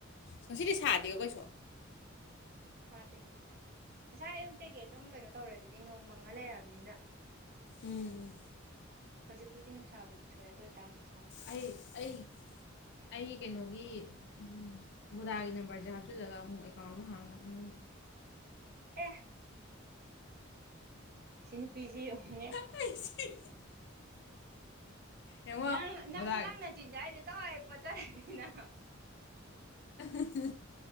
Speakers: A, on the left; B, on the right.
A: ꯉꯁꯤꯗꯤ ꯁꯥꯗꯦꯀꯣ ꯀꯩꯁꯨ
B: ꯁꯥꯗꯦ ꯉꯁꯥꯢ ꯑꯌꯨꯛꯇꯒꯤ ꯑꯗꯨꯝ ꯀꯩꯅꯣ ꯇꯧꯔꯗꯨꯗꯤ ꯅꯣꯡꯃꯪꯉ ꯂꯩꯔꯕꯅꯤꯅ
A: ꯎꯝ
B: ꯍꯧꯖꯤꯛꯄꯨꯗꯤ ꯅꯨꯡꯁꯥꯕꯨꯗꯤ ꯊꯣꯛꯑꯦ ꯑꯗꯨ ꯑꯣꯏꯇꯥꯔꯁꯨ ꯁꯥꯗꯦ
A: ꯑꯩ ꯑꯩ ꯑꯩ ꯀꯩꯅꯣꯒꯤ ꯎꯝ ꯚꯣꯗꯥꯒꯤ ꯅꯝꯕꯔꯁꯦ ꯍꯥꯞꯆꯤꯜꯂꯒ ꯑꯃꯨꯛ ꯑꯦꯀꯥꯎꯟ ꯑꯃ ꯍꯥꯡꯉꯒ
B: ꯑꯦ ꯁꯤ ꯅꯨꯄꯤꯁꯤ ꯌꯦꯡꯉꯨꯅꯦ
A: <unintelligible> ꯌꯦꯡꯉꯣ
B: ꯅꯪ ꯅꯪ
A: ꯕꯣꯗꯥ
B: ꯅꯪ ꯅꯆꯤꯟꯗꯣ ꯑꯩꯅ ꯆꯥꯞ ꯂꯥꯎꯅ ꯄꯣꯠꯖꯥꯟꯂꯅꯤ
A: <unintelligible>